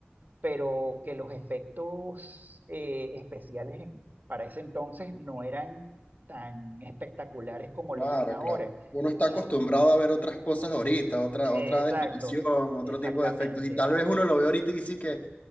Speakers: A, on the right (about 50°); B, on the left (about 40°).
A: pero que los efectos eh, especiales en- para ese entonces no eran tan espectaculares como
B: Claro,
A: lo son ahora.
B: claro. Uno está
A: Y,
B: acostumbrado
A: s-
B: a ver otras cosas ahorita, otra,
A: eh,
B: otra
A: exacto,
B: definición, otro
A: exactamente.
B: tipo de efectos. Y tal vez uno lo ve ahorita y dice que,